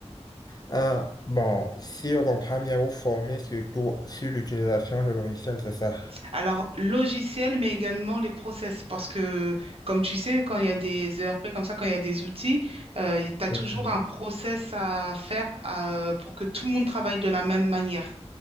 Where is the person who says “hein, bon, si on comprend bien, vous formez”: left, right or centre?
Left